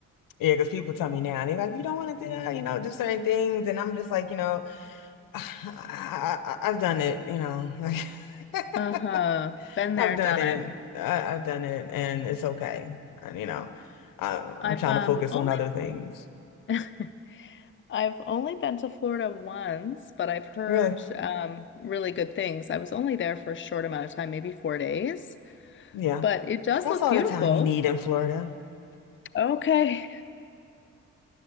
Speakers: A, on the left (about 85°); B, on the left (about 35°).
A: yeah, because people tell me now they're like, you don't want to do that, you know, do certain things, and I'm just like, you know, <sighs> I, I, I've done it, you know, like <laughs>
B: Uh-huh. Been
A: I've
B: there,
A: done
B: done
A: it.
B: it.
A: I, I've done it, and it's okay. And you know, I, I'm
B: I've
A: trying
B: um
A: to focus
B: only
A: on other things.
B: <laughs> I've only been to Florida once, but I've heard
A: Really?
B: um really good things. I was only there for a short amount of time, maybe four days,
A: Yeah,
B: but it does
A: that's
B: look
A: all
B: beautiful.
A: the time you need in Florida.
B: Okay. <laughs>